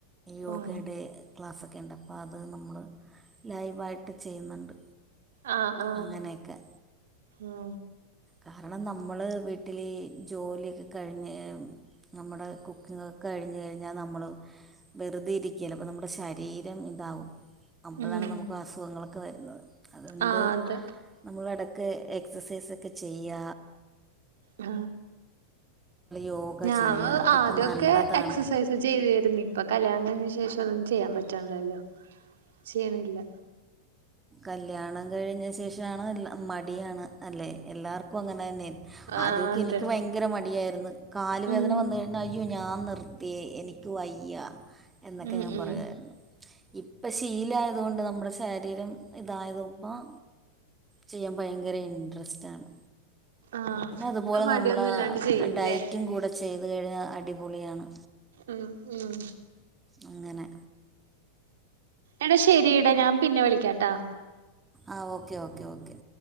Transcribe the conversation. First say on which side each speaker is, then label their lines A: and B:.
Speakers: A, on the right; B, on the right.
A: യോഗയുടെ
B: ഉം
A: ക്ലാസ്സൊക്കെ ഇണ്ട് അപ്പോ അത് നമ്മൾ ലൈവായിട്ട് ചെയ്യുന്നുണ്ട്.
B: ആ ആ
A: അങ്ങനെയൊക്കെ
B: ആ
A: കാരണം നമ്മള് വീട്ടിൽ ജോലിയൊക്കെ കഴിഞ്ഞ് നമ്മുടെ കുക്കിങ് കഴിഞ്ഞു കഴിഞ്ഞാ നമ്മൾ വെറുതെ ഇരിക്കുവല്ലേ അപ്പോൾ നമ്മുടെ ശരീരം ഇതാവും അപ്പോളാണ്
B: ഉം
A: നമുക്ക് അസുഖങ്ങളൊക്കെ വരുന്നത് അതുകൊണ്ട്
B: ആഹ് അതെ
A: നമ്മൾ ഇട ക്കെ എക്സസൈസൊക്കെ ചെയ്യ
B: ആ
A: യോഗ
B: ഞാന്
A: ചെയ്യുക അതൊക്കെ
B: ആദ്യൊക്കെ
A: നല്ലതാണ്
B: എക്സസൈസ് ചെയ്തുരുന്നു ഇപ്പൊ കല്യാണം കഴിഞ്ഞ ശേഷം ഒന്നും ചെയ്യാൻ പറ്റണില്ലല്ലോ ചെയ്യണില്ല.
A: കല്ല്യാണം കഴിഞ്ഞ ശേഷമാണ് എല്ല മടിയാണ്. അല്ലെ എല്ലാർക്കും അങ്ങനെ തന്നെ
B: ആഹ്
A: ആദ്യമൊക്കെ
B: അതെ
A: എനിക്ക് ഭയങ്കര മടിയാരുന്നു. കാലു
B: ഉം
A: വേദന വന്ന് കഴിഞ്ഞാൽ അയ്യോ ഞാൻ നിർത്തി എനിക്ക് വയ്യ. എന്നൊക്കെ
B: ഉം
A: ഞാൻ
B: ഉം
A: പറയുവായിരുന്നു ഇപ്പൊ ശീലായതു കൊണ്ട് നമ്മുടെ ശരീരം ഇതായത് ഇപ്പം ചെയ്യാൻ ഭയങ്കര ഇൻട്രസ്റ്റാണ്
B: ആഹ്
A: പിന്നെ അതുപോലെ
B: ഇപ്പൊ മടിയൊന്നും
A: നമ്മള്
B: ഇല്ലാണ്ട് ചെയ്യൂല്ലേ
A: ഡയറ്റും കൂടെ ചെയ്ത് കഴിഞ്ഞാ അടിപൊളിയാണ്
B: ഉം ഉം
A: അങ്ങനെ
B: എടാ ശരിടാ ഞാൻ പിന്നെ വിളിക്കാട്ടാ
A: ആ ഓക്കേ ഓക്കേ ഓക്കേ